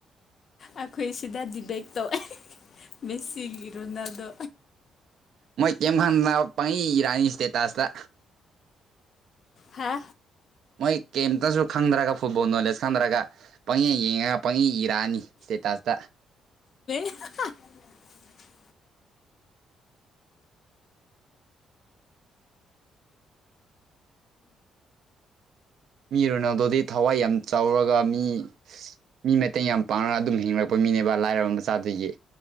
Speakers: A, on the left; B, on the right.
A: ꯑꯩꯈꯣꯏ ꯁꯤꯗꯗꯤ ꯕꯦꯛꯇꯣ ꯃꯦꯁꯤꯒꯤ ꯔꯣꯅꯥꯜꯗꯣ
B: ꯃꯣꯏ ꯀꯩꯝ <unintelligible> ꯄꯪꯏ ꯏꯔꯥꯅꯤ ꯁ꯭ꯇꯦꯇꯥꯁꯇ
A: ꯍꯥ
B: ꯃꯣꯏ ꯀꯩꯝꯇꯁꯨ ꯈꯪꯗ꯭ꯔꯒ ꯐꯨꯠꯕꯣꯜ ꯅꯣꯂꯦꯖ ꯈꯪꯗ꯭ꯔꯒ ꯄꯪꯌꯦ ꯌꯦꯡꯉꯒ ꯄꯪꯉꯌꯦ ꯏꯔꯛꯑꯅꯤ ꯁ꯭ꯇꯦꯇꯥꯁꯇ
A: <unintelligible>
B: ꯃꯤ ꯔꯣꯅꯥꯜꯗꯣꯗꯤ ꯊꯋꯥꯏ ꯌꯥꯝ ꯆꯥꯎꯔꯒ ꯃꯤ ꯃꯤ ꯃꯇꯦꯡ ꯌꯥꯝ ꯄꯥꯡꯔꯒ ꯑꯗꯨꯝ ꯍꯤꯡꯂꯛꯄ ꯃꯤ ꯃꯤꯅꯦꯕ ꯂꯥꯏꯔꯕ ꯃꯆꯥꯗꯒꯤ